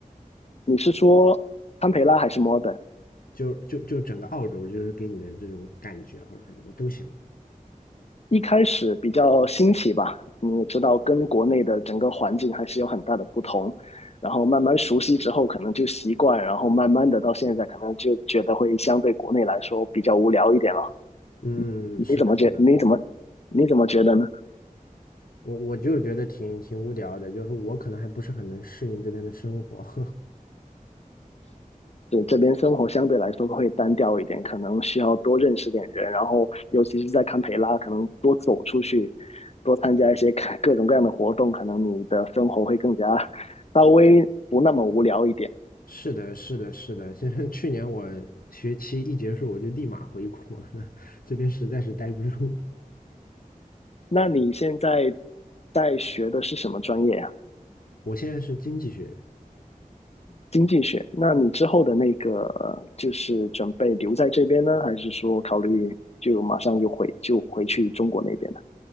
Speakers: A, on the left (about 45°); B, on the left (about 80°).
A: 你是说堪培拉还是墨尔本？
B: 就就就整个澳洲，就是给你的这种感觉或者是什么都行。
A: 一开始比较新奇吧，你也知道，跟国内的整个环境还是有很大的不同。然后慢慢熟悉之后，可能就习惯，然后慢慢的到现在，可能就觉得会相对国内来说比较无聊一点了。
B: 嗯，
A: 你怎么觉？
B: 是的，是的，
A: 你怎么你怎么觉得呢？
B: 我我就是觉得挺挺无聊的，就是我可能还不是很能适应这边的生活。<laughs>
A: 对，这边生活相对来说会单调一点，可能需要多认识点人，然后尤其是在堪培拉，可能多走出去，多参加一些 <laughs> 各各种各样的活动，可能你的生活会更加 <laughs> 稍微不那么无聊一点。
B: 是的，是的，是的。现在去年我学期一结束，我就立马回国了，<laughs> 这边实在是待不住。
A: 那你现在在学的是什么专业呀、
B: 我现在是经济学，
A: 经济学。那你之后的那个呃就是准备留在这边呢，还是说考虑就马上就回就回去中国那边呢？